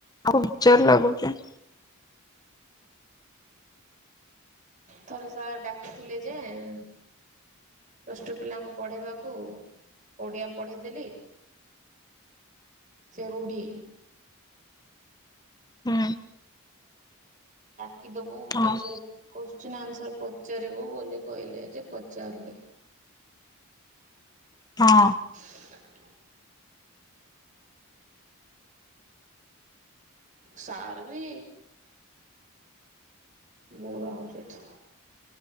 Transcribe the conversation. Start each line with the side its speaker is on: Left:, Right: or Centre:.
Left: ଆଉ ନିଜର୍ ଲାଗୁଚି।
Right: ଥରେ ସାର୍ ଡା଼କିଥିଲେ ଯେ ଉ ପ୍ଲସ୍ ଟୁ ପିଲାଙ୍କୁ ପଢ଼େଇବାକୁ ଓଡ଼ିଆ ପଢ଼େଇ ଦେଲି। ସେ ରୁଡ଼ି
Left: ହୁଁ
Right: କି ଦବୁ,
Left: ହଁ
Right: ଏ ସରି କୋଶ୍ଚିନ୍ ଆନ୍ସର ପଚାରିବୁ ବୋଲି କହିଲେ ଯେ ପଚାରଲି।
Left: ହଁ।
Right: <inaudible> ସାର୍ ବି ବୋରା ହୋଉଛନ୍ତି।